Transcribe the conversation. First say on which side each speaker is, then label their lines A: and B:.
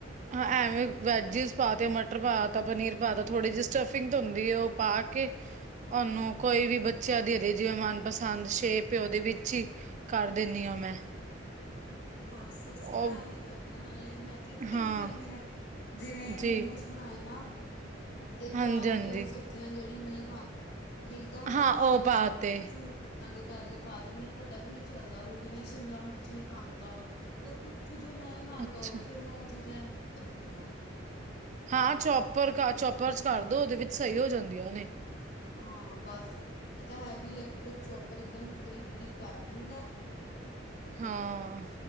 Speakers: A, on the right; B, on the left.
A: ਹਾਂ, ਐਵੇਂ ਵੈਜਿਸ ਪਾ ਤੇ, ਮਟਰ ਪਾ ਤਾ, ਪਨੀਰ ਪਾ ਤਾ, ਥੋੜੀ ਜੀ ਸਟਫਿੰਗ ਤੇ ਹੁੰਦੀ ਏ, ਓ ਪਾ ਕੇ। ਓਨੂੰ ਕੋਈ ਵੀ ਬੱਚੇਯਾ ਦੇ ਦੇ ਏ ਜਿਵੇਂ ਮਨਪਸੰਦ ਸ਼ੇਪ। ਤੇ ਓਦੇ ਵਿੱਚ ਈ ਕਰ ਦੇਨੀ ਆਂ ਮੈਂ
B: ਬਸ ਅਸੀ ਤਾਂ
A: ਉਹ
B: ਐਵੇਂ ਹੀ ਕਰ ਰੇ ਆਂ, ਨਾਲੇ ਮੈਂ ਤੇ ਪਤ
A: ਹਾਂ
B: ਕੀ ਕਰਨੀ ਆ, ਜਿਵੇਂ
A: ਜੀ
B: ਮੋਮੋਜ਼। ਬਣਾਏ ਨਾ, ਤੇ
A: ਹਾਂਜੀ
B: ਜਾਨ
A: ਹਾਂਜੀ
B: ਕੇ ਉਹ ਸਬਜ਼ੀਆਂ ਜਿੜੀ ਨਈ ਖਾਂ ਇਕਦਮ
A: ਹਾਂ
B: ਨਾ ਓਨਾਂ
A: ਉਹ
B: ਦਾ
A: ਪਾ ਤੇ
B: ਚੂੂਰ ਬਨਾਕੇ ਘਰ ਈ, ਪਾ ਦੇਨੀ ਆਂ ਪਤਾ ਵੀ ਨੀ ਚੱਲਦਾ, ਹੁਨ ਜਿਵੇਂ ਸ਼ਿਮਲਾ ਮਿਰਚ ਖਾਂਦਾ ਹੋਰ ਕੁਛ ਵੀ ਜੋ ਨਾਹੀ ਖਾਂਦਾ
A: ਅੱਛਾ
B: ਹੋਵੇ ਫਿਰ ਮੈਂ ਉਹ ਚੀਜ਼ਾਂ ਮੈ ਐਵੇਂ ਲੱਦੀ ਹਾਂ।
A: ਹਾਂ ਚੋਪਰ, ਚੋਪਰ ਚ ਕਰਦੋ ਉਹਦੇ ਵਿੱਚ ਸਹੀ ਹੋ ਜਾਂਦੀਆਂ ਨੇ।
B: ਹਾਂ, ਬਸ ਇਹ ਤਾਂ ਹੈਵੀ ਇਲੈਕਟ੍ਰਿਕ ਚੋਪਰ ਇਕਦਮ ਬਰੀਕ -ਬਰੀਕ ਕਰ ਦਿੰਦਾ।
A: ਹਾਂ,